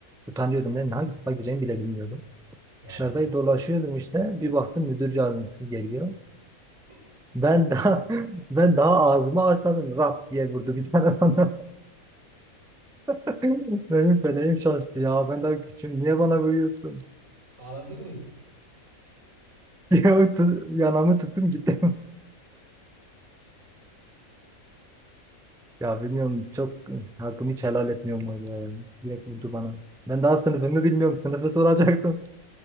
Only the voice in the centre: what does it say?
utanıyordum. Ben hangi sınıfa gideceğimi bile bilmiyordum.
Dışarıda dolaşıyordum işte. Bir baktım müdür yardımcısı geliyor.
Ben daha <laughs> ben daha ağzımı açmadım. Rap diye vurdu bir tane bana. <laughs> Benim feleğim şaştı ya. Ben daha küçüğüm. Niye bana vuruyorsun? <laughs>
Ya, tu- yanamı tuttum gittim. <laughs> Ya bilmiyorum çok e, hakkımı hiç helal etmiyorum o ya. Direkt vurdu bana. Ben daha sınıfımı bilmiyorum. Sınıfı soracaktım.